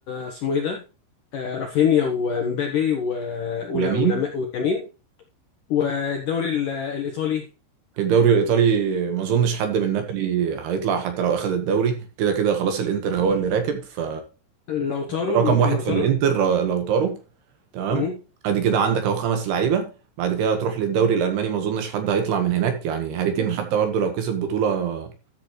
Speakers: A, on the left; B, on the right.
A: اسمه ايه ده آه رافينيا ومبابي و... ولا...
B: ولامين
A: ولا... ويمين والدوري ال... الايطالي
B: الدوري الايطالي ما اظنش حد من نابولي هيطلع حتى لو اخذ الدوري كده كده خلاص الانتر هو اللي راكب ف
A: لوتارو
B: رقم
A: ممكن
B: واحد
A: لوتارو
B: في الانتر لو طاروا تمام
A: مم.
B: ادي كده عندك اهو خمس لعيبه بعد كده هتروح للدوري الالماني ما اظنش حد هيطلع من هناك يعني هاري كين حتى برضه لو كسب بطوله